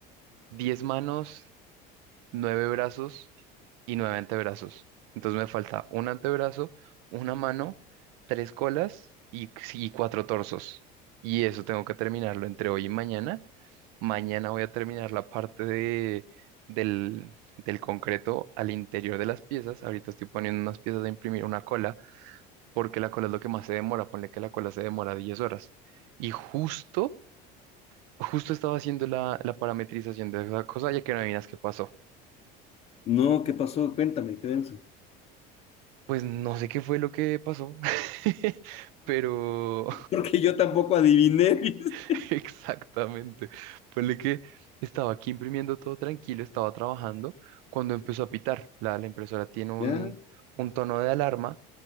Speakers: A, on the right; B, on the left.
A: diez manos, nueve brazos y nueve antebrazos. Entonces me falta un antebrazo, una mano, tres colas y, y cuatro torsos. Y eso tengo que terminarlo entre hoy y mañana. Mañana voy a terminar la parte de, del, del concreto al interior de las piezas. Ahorita estoy poniendo unas piezas a imprimir una cola, porque la cola es lo que más se demora. Ponle que la cola se demora 10 horas. Y justo, justo estaba haciendo la, la parametrización de esa cosa, ya que no adivinas qué pasó.
B: no, ¿qué pasó? Cuéntame, qué denso.
A: Pues no sé qué fue lo que pasó, <laughs> pero
B: Porque yo tampoco adiviné. <laughs>
A: <laughs> exactamente. Ponle que estaba aquí imprimiendo todo tranquilo, estaba trabajando cuando empezó a pitar. La, la impresora tiene un,
B: Ya.
A: un tono de alarma